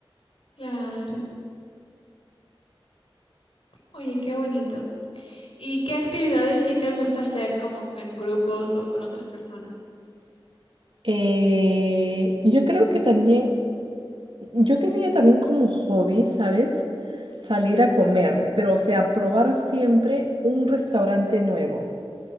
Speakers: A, on the left; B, on the right.
A: Claro. Oye, qué bonito. ¿Y qué actividades sí te gusta hacer como en grupos o con otras personas?
B: Eh, yo creo que también, yo tenía también como hobby, ¿sabes? Salir a comer, pero o sea, probar siempre un restaurante nuevo.